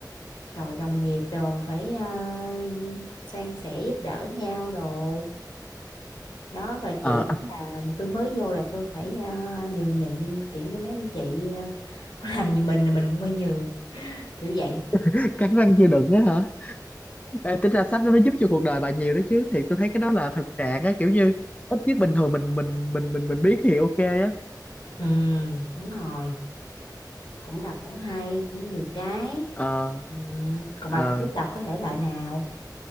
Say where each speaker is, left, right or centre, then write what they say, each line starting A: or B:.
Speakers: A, on the left (about 85°); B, on the left (about 20°).
A: rồi đồng nghiệp đồ phải uh, san sẻ giúp đỡ nhau đồ đó rồi chỉ
B: ờ
A: là tôi mới vô là tôi phải uh, nhường nhịn kiểu như mấy anh chị uh, <laughs> có làm gì mình là mình cũng phải nhường kiểu vậy
B: <laughs> cắn răng chưa đựng á hả Ê, tính ra sách đó nó giúp cho cuộc đời bà nhiều đó chứ thì tôi thấy cái đó là thực trạng á kiểu như ít nhất bình thường mình mình mình mình mình biết thì ok á
A: ừ đúng rồi cũng đọc cũng hay cũng nhiều cái
B: ờ
A: ừ. còn
B: ờ
A: bà bà thích đọc có thể loại nào